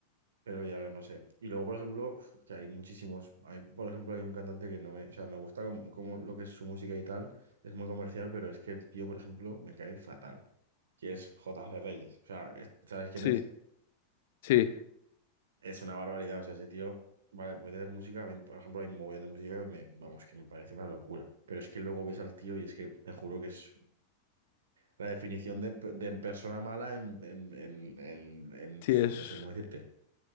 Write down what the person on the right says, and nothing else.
Pero ya, a ver, no sé. Y luego, por ejemplo, uf, que hay muchísimos. Hay, por ejemplo, hay un cantante que no me. O sea, me gusta como, como lo que es su música y tal. Es muy comercial, pero es que el tío, por ejemplo, me cae fatal. Que es J.G. Reyes. O sea, es- ¿sabes quién
es?
Es una barbaridad. O sea, ese tío. Vale, puede hacer música. a mí, por ejemplo, hay un mogollón de música que me. Vamos, que me parece una locura. Pero es que luego ves al tío y es que te juro que es la definición de, de persona mala en, en, en, en, en.
No sé cómo decirte.